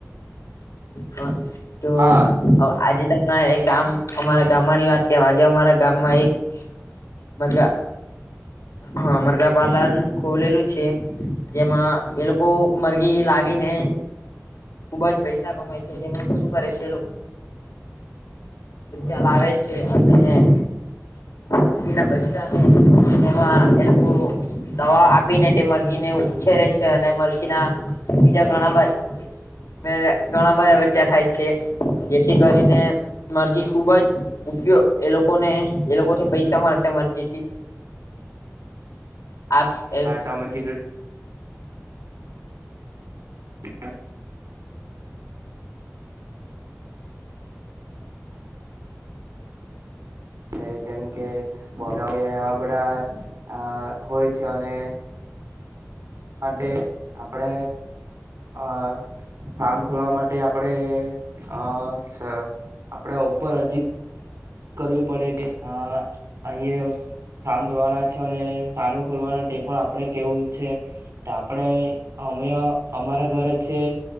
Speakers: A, on the left; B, on the right.
A: હા હ તો
B: હા
A: આજે તમારે એ ગામ અમારા ગામમાંની વાત કે આજે અમારા ગામમાં એક મરઘા હા મરઘા પાલન ખોલેલું છે જેમાં એ લોકો મરઘી લાવીને ખુબ જ પૈસા ય છે જે શું કરે છે આવે છે <inaudible> તે મરઘી ને મરઘી ના બચ્ચા ને એમાં એ લોકો દવા આપીને તે મરઘી ને ઉછેરે છે અને મરઘીના બીજા ઘણા <unintelligible> મે ઘણા બધા બચ્ચા થાય છે જેથી કરીને મરઘી ખુબ જ ઉપયોગ એ લોકોને એ લોકોને પૈસા મળશે મરઘીથી આપ અ
B: હા, તમે કીધું <inaudible> <inaudible> છે જેમ કે, બોલો કે એવા બધા અ હોય છે, અને માટે, આપડે હ ફાર્મ ખોલવા માટે આપડે અ સ આપડે ઉપર અરજી કરવી પડે કે હા, અહીંયા ફાર્મ ખોલવાના છે અને સાનું ખોલવાના તે પણ આપણે કેવું છે ત આપણે અમે અમારા ઘરે છે,